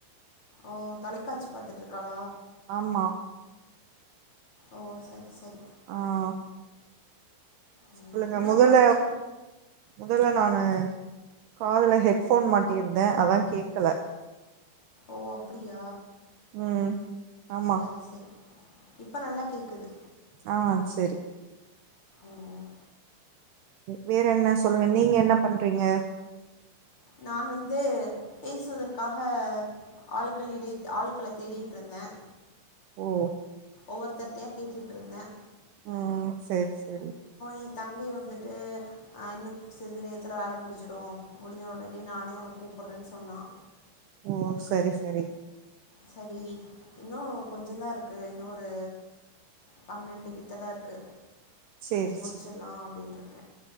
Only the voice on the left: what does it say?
ஓ தொலைக்காட்சி பாத்துட்டு இருக்காளா
ஓ செரி செரி
ம்,
இன்னொரு
கொழந்தை
ஓ அப்டியா
செரி செரி இப்ப நல்லா கேக்குது
ம்
நான் வந்து பேசுவதற்காக ஆட்களிடை ஆட்களை தேடிட்டு இருந்தேன்
ஓவர் கிட்டய கேட்டுட்டு இருந்தேன்
எ தங்கை வந்துட்டு இன்னும் சிறிது நேரத்தில வேல நானே உனக்கு கூப்பிடடு்றேன்னு சொன்னான்
சரி இன்னும் கொஞ்ச தான் இருக்கு இன்னொரு பன்னெண்டு கிட்டதான் இருக்கு
முடிச்சிடலாம் அப்டின் இருக்கேன்